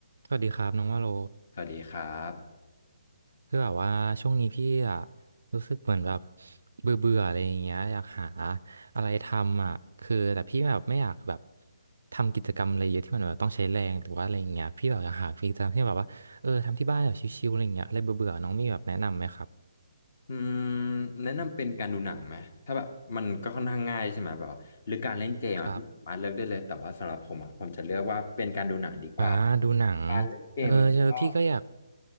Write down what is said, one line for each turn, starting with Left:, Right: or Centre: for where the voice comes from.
Right: สวัสดีครับน้องว่าโล
Left: สวัสดีครับ
Right: คือแบบว่าช่วงนี้พี่อะรู้สึกเหมือนแบบเบื่อเบื่ออะไรอย่างเงี้ยอยากหาอะไรทำอ่ะคือแต่พี่แบบไม่อยากแบบทำกิจกรรมอะไรเยอะที่มันแบบต้องใช้แรงหรือว่าอะไรอย่างเงี้ยพี่แบบอยากหากิจกรรมที่แบบว่าเออทำที่บ้านแบบชิลๆอะไรอย่างเงี้ยอะไรเบื่อเบื่อน้องมีแบบแนะนำไหมครับ
Left: อืมแนะนำเป็นการดูหนังไหมถ้าแบบมันก็ค่อนข้างง่ายใช่ไหมแบบว่าหรือการเล่นเกมอ่ะพี่สามารถเลือกได้เลยแต่ว่าสำหรับผมอ่ะผมจะเลือกว่าเป็นการดูหนังดีกว่า
Right: ครับอ่าดูหนัง
Left: การเล่นเกมมันก็
Right: เออเจอพี่ก็อยาก